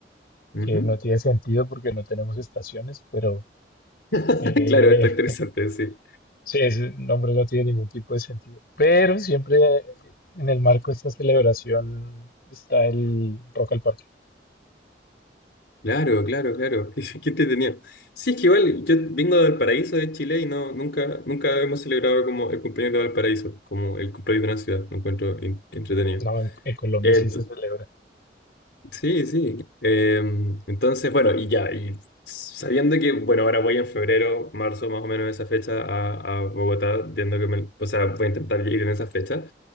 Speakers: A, on the left; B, on the left.
A: Ujú.
B: que no tiene sentido porque no tenemos estaciones, pero
A: <laughs>
B: eh,
A: Claro, está interesante, sí.
B: <laughs> sí, ese nombre no tiene ningún tipo de sentido. Pero siempre eh, en el marco de esta celebración está el Rock al Parque.
A: Claro, claro, claro. <laughs> Qué, qué entretenido. Sí, es que igual yo vengo de Valparaíso, de Chile, y no, nunca, nunca hemos celebrado como el cumpleaños de Valparaíso, como el cumpleaños de una ciudad. Lo encuentro in- entretenido.
B: No, en, en Colombia
A: Eh,
B: sí se celebra.
A: sí, sí. Eh, entonces, bueno, y ya, y sabiendo que, bueno, ahora voy en febrero, marzo, más o menos esa fecha a, a Bogotá, viendo que me, o sea, voy a intentar ir en esa fecha.